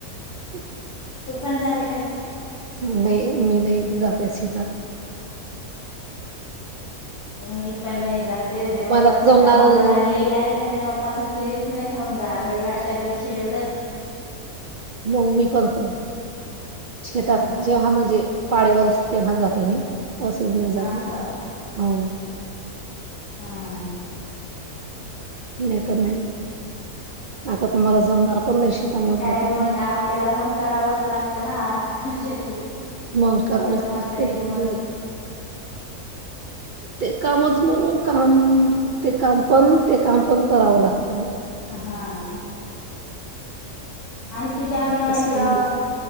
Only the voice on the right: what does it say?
ह
नाही म नाही. जातचे त्या
मला जमणारच
नाही
म ममी करत शेतात
जेव्हा म्हणजे पाळीवरच तेव्हा जाते मी असंच नाही जात,
हो.
नाही तर नाही. आता तुम्हाला
जमणार पण नाही शेतामधलं
का
मंग करावच
<unintelligible>
ते कामच म्हणून काम, ते काम पण ते काम पण करावं लाग
असं मी-